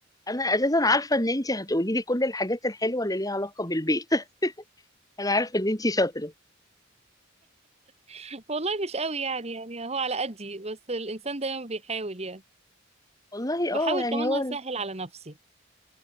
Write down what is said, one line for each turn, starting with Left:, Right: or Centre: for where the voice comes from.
Left: انا اساسا عارفه ان انتي هتقولي لي كل الحاجات الحلوه اللي ليها علاقه بالبيت <laughs> انا عارفه ان انتي شاطره
Right: <laughs> والله مش قوي يعني يعني هو على قدي بس الانسان دايما بيحاول يعني
Left: والله
Right: بحاول
Left: اه يعني
Right: كمان
Left: هو ال-
Right: اسهل على نفسي